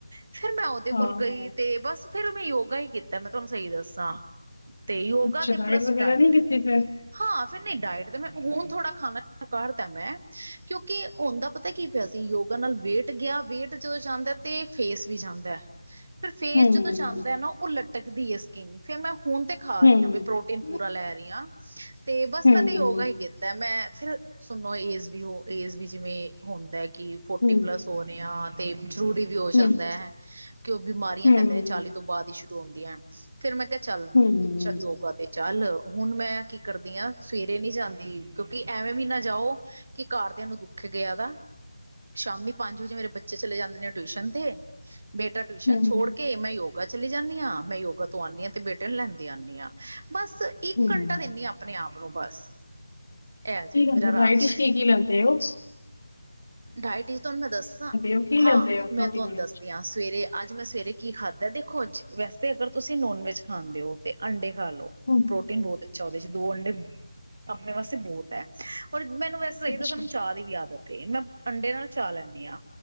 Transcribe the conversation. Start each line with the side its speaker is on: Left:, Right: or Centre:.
Right: ਫਿਰ ਮੈਂ ਉਹਦੇ
Left: ਹਾਂ,
Right: ਕੋਲ ਗਈ ਤੇ ਬਸ ਫਿਰ ਮੈਂ ਯੋਗਾ ਹੀ ਕੀਤਾ ਮੈਂ ਤੁਹਾਨੂੰ ਸਹੀ ਦੱਸਾਂ ਤੇ ਯੋਗਾ
Left: ਅੱਛਾ
Right: ਤੇ ਪਲੱਸ
Left: ਵਗੈਰਾ
Right: ਡਾਇਟ
Left: ਨਹੀਂ ਕੀਤੀ ਫਿਰ?
Right: ਹਾਂ ਫਿਰ ਨਹੀ ਡਾਇਟ ਤੇ ਮੈਂ ਹੁਣ ਥੋੜ੍ਹਾ ਖਾਣਾ ਭਾਰਦਾ ਮੈਂ ਕਿਉਂਕਿ ਹੋਂਦਾ ਪਤਾ ਕੀ ਪਿਆ ਸੀ ਯੋਗਾ ਨਾਲ ਵੇਟ ਗਿਆ ਵੇਟ ਜੋ ਜਾਂਦੈ ਤੇ ਫੇਸ ਵੀ ਜਾਂਦਾ ਐ ਫਿਰ ਫੇਸ
Left: ਹੂੰ,
Right: ਜਦੋ ਜਾਂਦੈ ਐ ਨਾ ਉਹ ਲਟਕਦੀ ਹੈ ਸਕਿੰਨ ਫੇਰ ਮੈਂ ਹੁਣ ਤੇ ਖਾ
Left: ਹੂੰ,
Right: ਰਹੀ
Left: ਹੂੰ,
Right: ਹਾਂ ਬਈ ਪ੍ਰੋਟੀਨ
Left: ਹੂੰ,
Right: ਪੂਰਾ ਲੈ ਰਹੀ ਆ ਤੇ ਬਸ
Left: ਹੂੰ,
Right: ਮੈਂ ਤਾਂ ਯੋਗਾ ਹੀ ਕੀਤੈ ਮੈਂ ਫਿਰ ਸੁਣੋ ਏਜ ਵੀ ਏਜ ਵੀ ਜਿਵੇ ਹੁੰਦੈ ਕਿ ਫੋਰਟੀ
Left: ਹੂੰ,
Right: ਪਲੱਸ ਹੋਨੇ ਆ ਜਰੂਰੀ ਵੀ ਹੋ ਜਾਂਦੈ
Left: ਹੂੰ,
Right: ਕਿ ਉਹ ਬਿਮਾਰੀਆਂ
Left: ਹੂੰ,
Right: ਕਹਿੰਦੇ ਨੇ ਚਾਲੀ ਤੋਂ ਬਾਅਦ ਈ ਸ਼ੁਰੂ ਹੁੰਦੀਐਂ ਫਿਰ ਮੈਂ ਕਿਹਾ ਚੱਲ
Left: ਹੂੰ,
Right: ਚੱਲ ਯੋਗਾ ਤੇ ਚੱਲ ਹੁਣ ਮੈਂ ਕੀ ਕਰਦੀ ਆ ਸਵੇਰੇ ਨੀ ਜਾਂਦੀ ਕਿਉਂਕਿ ਐਵੇਂ ਵੀ ਨਾ ਜਾਓ ਕਿ ਘਰਦਿਆ ਨੂੰ ਦੁੱਖ ਏ ਗਿਆ ਦਾ ਸ਼ਾਮੀ ਪੰਜ ਵਜੇ ਮੇਰੇ ਬੱਚੇ ਚਲੇ ਜਾਂਦੇ ਨੇ ਟਿਊਸ਼ਨ ਤੇ ਬੇਟਾ ਟਿਊਸ਼ਨ
Left: ਹੂੰ,
Right: ਛੋਡ ਕੇ ਮੈਂ ਯੋਗਾ ਚਲੀ ਜਾਨੀ ਆ ਮੈਂ ਯੋਗਾ ਤੋਂ ਆਉਂਦੀ ਆ ਤੇ ਬੇਟੇ ਨੂੰ ਲੈਂਦੀ ਆਨੀ ਆ ਬਸ ਇੱਕ
Left: ਹੂੰ।
Right: ਘੰਟਾ ਦਿੰਨੀ ਆ ਪ ਨੂੰ ਬਸ ਇਹ
Left: ਕੀ
Right: ਜੇ
Left: ਲੈਂਦੇ
Right: ਮੇਰਾ
Left: ਓ
Right: ਰਾਜ
Left: ਡਾਇਟ ਚ ਕੀ ਕੀ ਲੈਂਦੇ ਓ
Right: ਡਾਇਟ ਚ ਤੁਹਾਨੂੰ ਮੈਂ ਦੱਸਾਂ
Left: ਹੋ, ਕੀ ਲੈਂਦੇ
Right: ਹਾਂ
Left: ਹੋ ਪ੍ਰੋਟੀਨ
Right: ਮੈਂ ਤੁਹਾਨੂੰ ਦੱਸਦੀ
Left: ਵਿੱਚ?
Right: ਆ ਸਵੇਰੇ ਅੱਜ ਮੈਂ ਸਵੇਰੇ ਕੀ ਖਾਦੈ ਦੇਖੋ ਅੱਜ ਵੈਸੇ 'ਤੇ ਅਗਰ ਤੁਸੀ ਨੋਨ ਵੈਜ ਖਾਂਦੇ ਓ ਤੇ ਆਂਡੇ ਖਾਲੋ
Left: ਹੂੰ,
Right: ਪ੍ਰੋਟੀਨ ਬਹੁਤ ਅੱਛਾ ਓਦੇ 'ਚ ਦੋ ਆਂਡੇ ਆਪਣੇ ਵਾਸਤੇ ਬਹੁਤ ਐ ਔਰ ਮੈਨੂੰ ਵੈਸੇ ਸਹੀ
Left: ਅੱਛਾ,
Right: ਦਸਾ ਮੈਨੂੰ ਚਾਹ ਦੀ ਵੀ ਆਦਤ ਮੈਂ ਅੰਡੇ ਨਾਲ ਚਾਹ ਲੈਨੀ ਆ